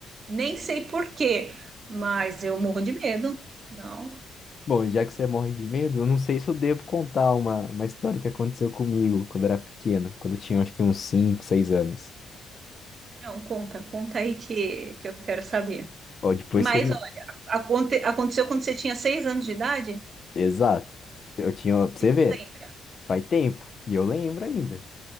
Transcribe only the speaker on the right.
nem sei por quê, mas eu morro de medo. Não,
não, conta, conta aí que, que eu quero saber.
Mas,
olha, aconte- aconteceu quando você tinha seis anos de idade?
E
tu
lembra?